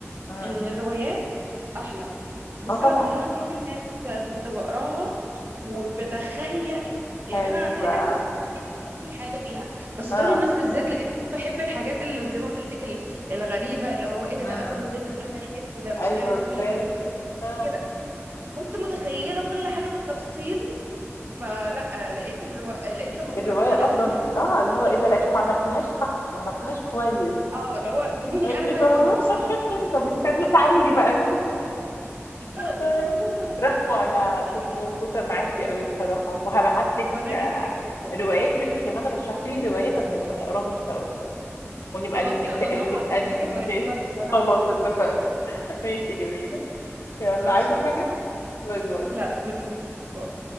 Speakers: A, on the left (about 80°); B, on the right (about 50°).
A: اه
B: ان الروايات أحلى بسبب
A: اه طبعا
B: ان انا تراب الماس كنت بقراها وبتخيل يعني
A: ايوه
B: انا كده كده روايات اكيد بتخيل كل حاجه فيها بس تراب
A: اه
B: الماس بالذات لان انا بحب الحاجات اللي زي ما قلت لك ال- الغريبه اللي هو ايه ده
A: امم
B: ده قتله ازاي من غير ما يحس ده مش
A: ايوه
B: عارف
A: ازاي
B: مين ده متغير
A: اه
B: كده كنت متخيله كل حاجه بالتفصيل فلا لقيت الروا... لقيت لما اتفرجت
A: الرواية
B: على
A: أفضل
B: الفيلم أنا
A: بك... آه اللي هو
B: خفت شويه
A: إيه ده لا أنتوا ما عملتوهاش صح ما عملتوهاش كويس
B: اه اللي هو سيبوني
A: أنت
B: انا
A: فاهمة
B: طيب اقول لكم
A: <laughs>
B: الصح
A: طب استنوا تعالوا لي بقى أنتوا <laughs>
B: <laughs>
A: رحمة أنا
B: فده
A: كنت
B: حقيقي
A: مبسوطة معاكي قوي بصراحة وهبعت لك
B: وانا جدا جدا
A: روايات وأنت كمان رشحي لي روايات أما نبقى نقراهم سوا ونبقى
B: خلاص
A: نك...
B: يلا نروح
A: نبقى
B: اكتب
A: ن...
B: لك الروايات
A: ماشي
B: دلوقتي اللي انا
A: خلاص
B: هرسمها
A: اتفقنا <laughs> ماشي جميلة يلا
B: ماشي
A: عايزة حاجة باي باي
B: لا ميرسي باي.